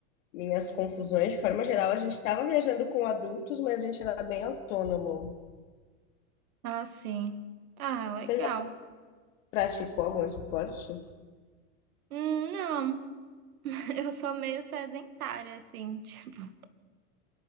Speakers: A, on the left (about 65°); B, on the right (about 80°).
A: minhas confusões. De forma geral, a gente estava viajando com adultos, mas a gente era bem autônomo.
B: Ah, sim. Ah, legal.
A: Você Praticou algum esporte?
B: Hum, Não, <laughs> eu sou meio sedentária, assim. <laughs> tipo,